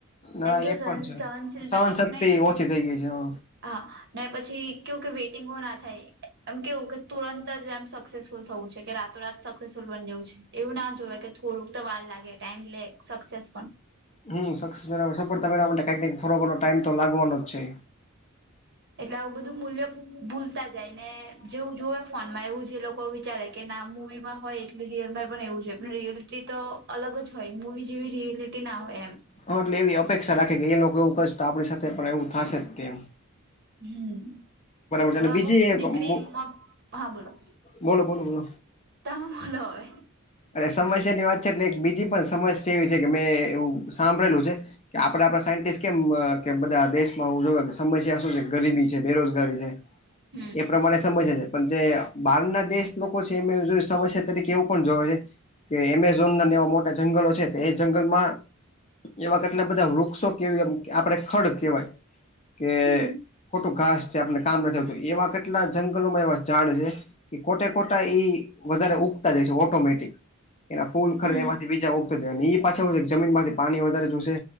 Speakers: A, on the left; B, on the right.
A: ના
B: કેવું
A: એ પણ છે
B: સહનશીલતા
A: સહન
B: કશું
A: શક્તિ
B: નહ
A: ઓછી થઈ ગઈ છે હ
B: હા ને પછી કેવું કે વેઇટિંગો ના થાય એમ કેવું કે તુરંત જ એમ સક્સેસ થવું છે કે રાતો રાત સક્સેસફુલ બન જેવું છે એવું ના જોવે કે થોડુંક તો વાર લાગે ટાઈમ લે સક્સેસ પણ
A: હમ્મ, સક્સેસરા સફળતારા માટે કંક થોરોકો ટાઈમ તો લાગવાનો જ છે.
B: એટલે આવું બધું મૂલ્ય ભૂલતા જાય ને જેવું જોવે ફોનમાં એવું જ એ લોકો વિચારે કે ના મુવીમાં હોય એટલે રિયલમાં પણ એવું જો પણ રિયલટી તો અલગ જ હોય. એ જેવી રિએલિટી ના હોય એમ.
A: હા એટલે એવી અપેક્ષા રાખે કે એ લોકો એવું કસ તો આપણી સાથે પણ એવું થાશે જ કેમ.
B: હમ્મ.
A: છે
B: હવ
A: અને
B: અમુક
A: બીજી એક
B: દીકરી,
A: મુ-
B: હા બોલો.
A: બોલો બોલો બોલો
B: તામુલ હોય.
A: અને સમસ્યા ની વાત છે એટલે એક બીજી પણ સમસ્યા એવી છે કે મેં એવું સાંભળેલું છે. કે આપણે આપડા સાયન્ટિસ્ટ કેમ કે બધા દેશમાં ઉલુ સમસ્યા શું છે ગરીબી છે, બેરોજગા ગારી છે,
B: હમ
A: એ પ્રમાણે સમજે છે. પણ જે બહાર ના દેશ લોકો છે એ જો સમસ્યા તરીકે એવું પણ જોવે છે. કે એમેઝોન ના એવા મોટા જંગલો છે તો એ જંગલમાં એવા કેટલા બધા વૃક્ષો કેવી એમ આપડે ખડ કેવાય. કે
B: હમ
A: ખોટું ઘાસ છે આપને કામ નથી આવતું એવા કેટલા જંગલોમાં એવા ઝાડ છે. કે ખોટે ખોટા એ વધારે ઉગતા જાય છે ઓટોમેટિક એના ફૂલ ખરી
B: હમ
A: એમાંથી બીજા ઉગ અને એ પાછ છે જમીન માંથી પાણી વધારે ચુશે.